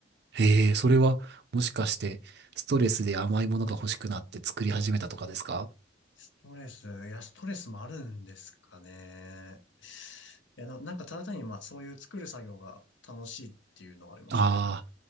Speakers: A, on the right; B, on the left.
A: へえ、それは、もしかして、ストレスで甘いものが欲しくなって作り始めたとかですか
B: ストレス、いや、ストレスもあるんですかね。いや、ななんかただ単に、まあ、そういう作る作業が楽しいっていうのがありますね。
A: ああ